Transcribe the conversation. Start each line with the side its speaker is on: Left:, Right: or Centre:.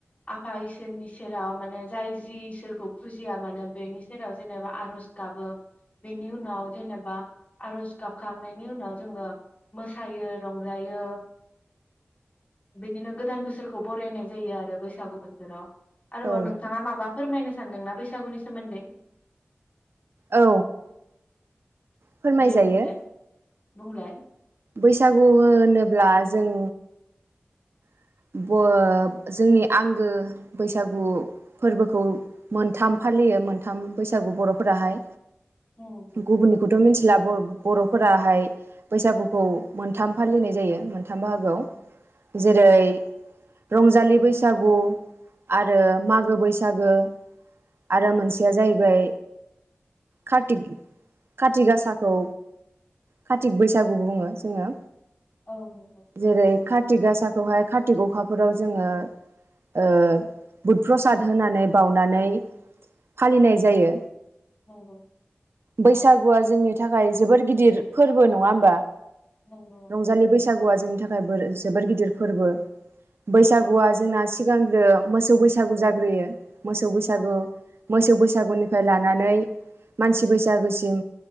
Left: आफा इसोरनि सेराव माने जाय जि इसोरखौ फुजिया मानो बेनि सेराव जेनेबा आर'ज गाबो बेनि उनाव जेनेबा आर'ज गाबखांनायनि उनाव जोङो मोसायो रंजायो बिदिनो गोदान बोसोरखौ। बरायनाय जायो आरो बैसागु बोथोराव। आरोबाव
Right: औ
Left: नोंथाङा माबा फोरमायनो सानदोंना बैसागुनि सोमोन्दै।
Right: औ। फोरमाय
Left: दे
Right: जायो।
Left: बुंलाय बुंलाय।
Right: बैसागु होनोब्ला जों <unintelligible> जोंनि आंगो बैसागु फोरबोखौ मोनथाम फालियो मोनथाम बैसागु बर'फोराहाय।
Left: उम उम
Right: गुबुननिखौथ' मिथि <unintelligible> बर'फोराहाय बैसागुखौ मोनथाम फालिनाय जायो। थाम बाहागोआव
Left: औ नंगौ
Right: जेरै रंजालि बैसागु आरो मागो बैसागो आरो मोनसेया जाहैबाय कारति किति गासाखौ कातिक बैसागु बुङो जोङो।
Left: औ नंगौ
Right: जेरै थि गासाखौहाय खा थि अखाफोराव जोङो ओ बुध प्रसाद होनानै बाउनानै फालिनाय जायो।
Left: नंगौ
Right: बैसागुआ जोंनि थाखाय जोबोर गिदिर फोरबो नङा होमबा।
Left: नोंगौ
Right: रंजालि बैसागुआ जोंनि थाखाय जोबोर गिदिर फोरबो बैसागुआ
Left: औ
Right: जोंना सिगांग्रो मोसौ बैसागु जाग्रोयो मोसौ बैसागु
Left: औ
Right: मोसौ बैसागुनिफ्राय लानानै मानसि बैसागोसिम